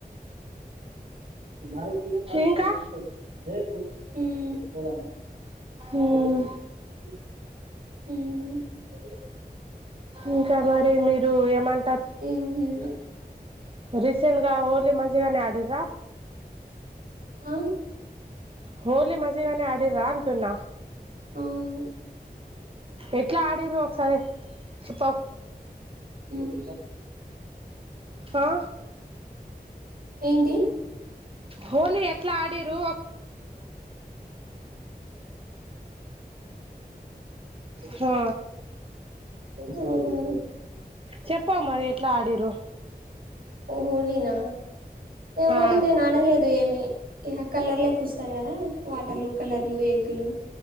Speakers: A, on the right; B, on the right.
A: మ్మ్
B: ఇంకా
A: హ్మ్
B: ఉమ్ ఇంకా మరి మీరు ఏమం
A: ఏం లేదు
B: రీసెంట్ గా హోలీ మంచిగానే ఆడిరా
A: ఆ
B: హోలీ మంచి గానె ఆడిర్రా అంటున్న
A: అవును
B: ఎట్లా ఆడిరు ఒకసారి చెప్పవు
A: ఉమ్.
B: హా
A: ఏంటి
B: హోలీ ఎట్లా ఆడిరు
A: ఆ
B: హా
A: అ <unintelligible>
B: చెప్ప మరి ఎట్లా ఆడిర్రో
A: హోళినా హోళీనేనాడలేదు
B: ఆ
A: ఏమి ఇహ కలర్లే పూస్తారు కదా వాటర్లు కలర్లు ఎగ్గులు